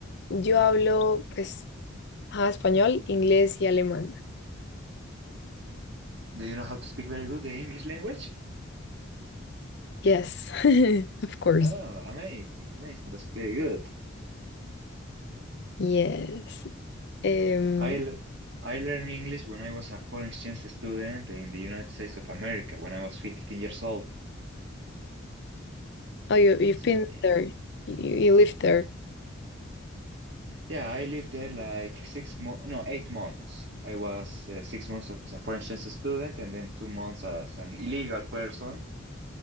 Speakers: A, on the left; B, on the right.
A: Yo hablo pues ajá, español, inglés y alemán.
B: Do you know how to speak very good the English language?
A: Yes, <laughs> of course.
B: Oh, amazing, amazing. That's pretty good.
A: Yes. um
B: I l- I learned English when I was a foreign exchange student in the United States of America when I was 15 years old.
A: oh, you, you've
B: So
A: been
B: yeah,
A: there. You, you live there.
B: yeah. I lived there like six mo no, eight months. I was uh, six months as a foreign exchange student and then two months as an illegal person.